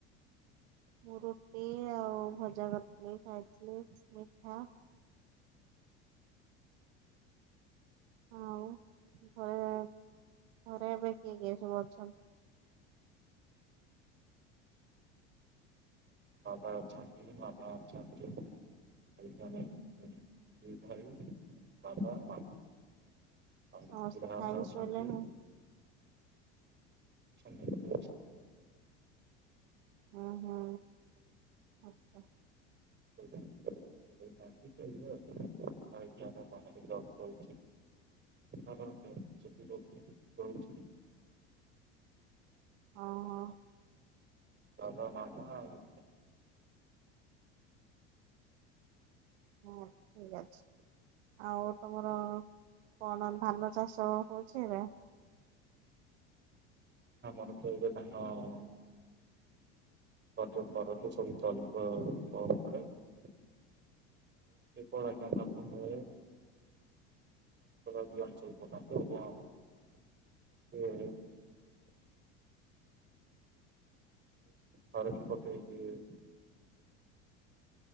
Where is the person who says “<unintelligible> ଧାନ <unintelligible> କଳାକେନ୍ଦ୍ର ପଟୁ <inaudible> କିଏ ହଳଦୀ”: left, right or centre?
Right